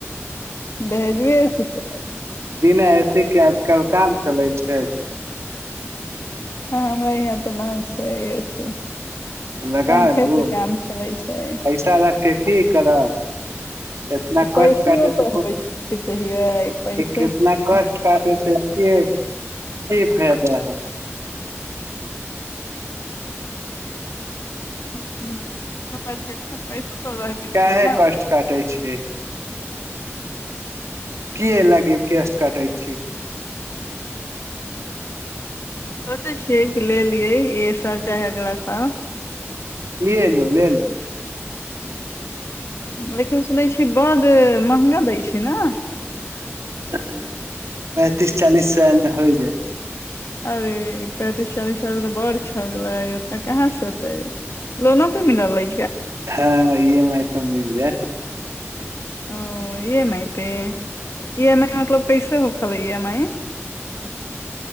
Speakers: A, on the left; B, on the right.
A: दहेजुए ए सी चलै
B: बिना ए सी के आब कल काम चलै छै
A: हँ हमरा यहाँ तऽ नइ छै एसी
B: लगा
A: पंखे
B: लू
A: से काम चलै छै
B: पैसा रखके की करब एतना
A: पैसो
B: कष्ट काटे से
A: तऽ होइ के चाहिए पैसे
B: कतना
A: ने छै
B: कष्ट काटे से केय <unintelligible> आहाँ
A: <unintelligible> तऽ पैसो तऽ रहके चाही
B: कहे
A: ने
B: कष्ट काटै छी की लागे केस्ट कटै छी
A: सोचै छियै कि ले लियै एहे साल चाहे अगला सााल
B: लेऽ लूऽ लेऽ लूऽ
A: लेकिन सुनै छियै बड्ड महंगा दै छै न
B: <unintelligible> पैंतिस चालीस सै मे होइ जाइत
A: अरे पैंतीस चालीस सौ तऽ बड़ छले ओते कहाँ से अते लोनो पे मिले लइ
B: हँ ई एम आई पर मिल जैत
A: ओ E M I pay E M I मतलब काइसे हो खालैय E M I